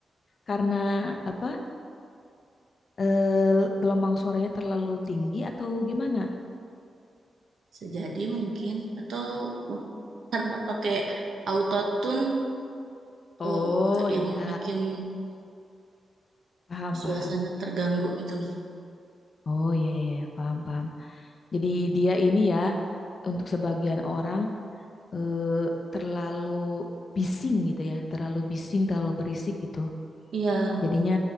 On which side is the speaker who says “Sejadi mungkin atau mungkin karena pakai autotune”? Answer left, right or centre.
Right